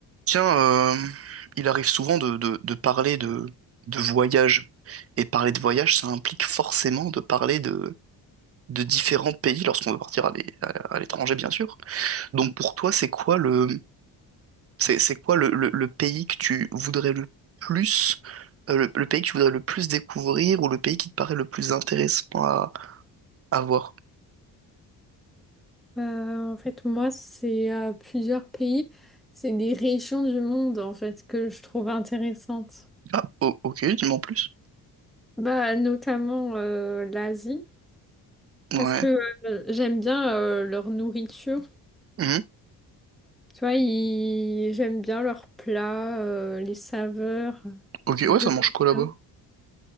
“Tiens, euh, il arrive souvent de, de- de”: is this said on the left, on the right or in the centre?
Right